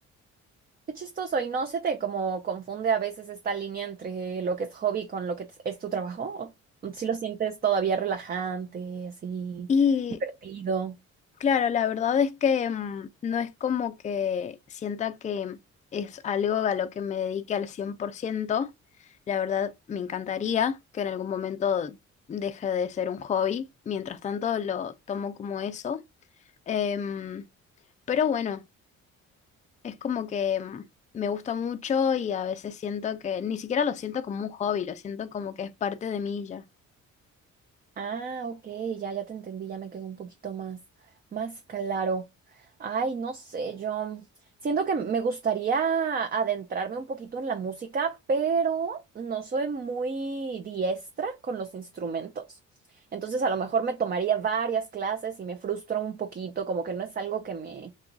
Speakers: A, on the right (about 30°); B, on the left (about 25°).
A: Qué chistoso, ¿y no se te como confunde a veces esta línea entre lo que es hobby con lo que es tu trabajo? ¿O si lo sientes todavía relajante, así,
B: Y
A: divertido?
B: Claro, la verdad es que mm, no es como que sienta que es algo a lo que me dedique al 100%. La verdad, me encantaría que en algún momento deje de ser un hobby. Mientras tanto, lo tomo como eso. Em, pero bueno, es como que mm, me gusta mucho y a veces siento que ni siquiera lo siento como un hobby, lo siento como que es parte de mí ya.
A: Ah, ok, ya, ya te entendí, ya me quedó un poquito más, más claro. Ay, no sé, yo siento que me gustaría adentrarme un poquito en la música, pero no soy muy diestra con los instrumentos. Entonces, a lo mejor me tomaría varias clases y me frustro un poquito, como que no es algo que me,